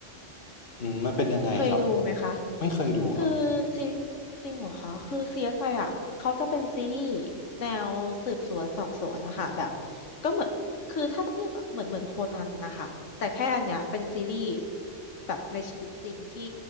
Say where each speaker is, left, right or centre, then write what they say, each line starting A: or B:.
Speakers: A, on the left; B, on the left.
A: อืมมันเป็นยังไงครับ
B: เคยดูไหมคะ
A: ไม่เคยดูครับ
B: คือซีจริงเหรอคะคือ CSI อสไออ่ะเขาจะเป็นซีรีส์แนวสืบสวนสอบสวนนะคะแบบก็เหมือนคือถ้าเทียบอะเหมือนเหมือนโคนันนะคะ แต่แค่อันเนี้ยเป็นซีรีส์แบบในชีวิตจริงที่